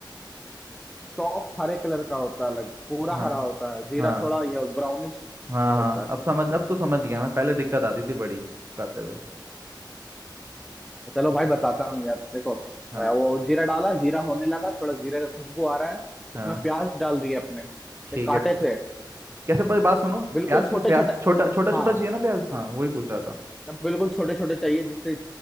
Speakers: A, in the centre; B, on the right.
A: सॉफ्ट हरे कलर का होता है अलग पूरा
B: हाँ
A: हरा होता है जीरा
B: हाँ
A: थोड़ा ये ब्राउनिश
B: हाँ
A: ये
B: हाँ
A: होता है
B: अब समझ अब तो समझ गया मैं पहले दिक्कत आती थी बड़ी खाते हुए
A: चलो भाई बताता हूँ यार देखो
B: हाँ
A: मैं वो जीरा डाला जीरा होने लगा थोड़ा जीरे का खुशबू आ रहा है
B: हाँ
A: उसमें प्याज डाल दिए अपने ये
B: ठीक
A: काटे
B: है
A: थे
B: कैसे भाई बात सुनो
A: बिल्कुल
B: प्याज के
A: छोटे
B: प्याज
A: छोटे
B: छोटा छोटा छोटा
A: हाँ
B: चाहिए ना प्याज हाँ वही पूछ रहा था
A: बिल्कुल छोटे छोटे चाहिए जिससे